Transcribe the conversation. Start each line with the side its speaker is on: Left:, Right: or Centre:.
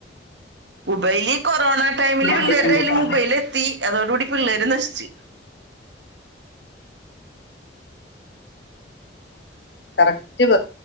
Right: മബൈൽ ഈ കൊറോണ ടൈമില് പിള്ളേരുടൊലും
Left: വിളിക്കണ്ട് ട്ടോ
Right: മബൈൽ എത്തി അതോടുകൂടി പിള്ളേര് നശിച്ചു
Left: കറക്റ്റ് പ.